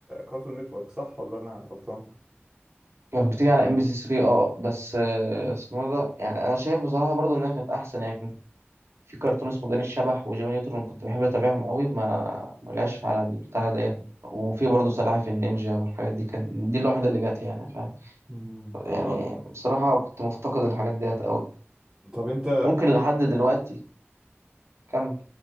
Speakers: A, on the right; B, on the right.
A: كارتون نتورك صح ولا انا غلطان؟
B: كانت بتيجي على ام بي سي 3 اه بس آه، اسمه إيه ده يعني انا شايف بصراحه برضو انها كانت احسن يعني كان في كرتون اسمه داني الشبح وجيمي نيوترون كنت بحب اتابعهم قوي ما ما جاش على البتاع ديت وفي برضو سلاحف النينجا والحاجات دي كان دي الوحيده اللي جت يعني فاهم
A: مم.
B: يعني
A: طب
B: بصراحه كنت مفتقد الحاجات ديت قوي
A: طب انت
B: ممكن لحد دلوقتي كمل